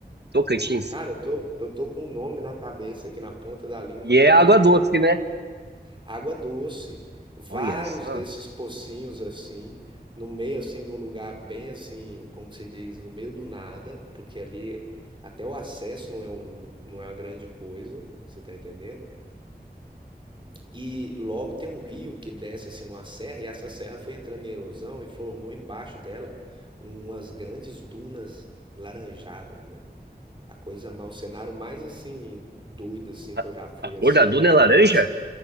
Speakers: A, on the right; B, on the right.
A: Tocantins.
B: cara, eu tô eu tô com um nome na cabeça aqui na ponta da língua,
A: E
B: mas
A: é
B: não
A: água doce, né?
B: água doce, vários
A: Olha só.
B: desses pocinhos assim, no meio assim de um lugar bem assim, como que se diz, no meio do nada, porque ali até o acesso não é um, não é uma grande coisa, você tá entendendo? E logo tem um rio que desce assim numa serra e essa serra foi entrando em erosão e formou embaixo dela umas grandes dunas laranjadas, velho. A coisa, mais- o cenário mais assim doido assim que
A: A,
B: eu já fui
A: a
B: assim,
A: cor da duna é laranja?
B: parece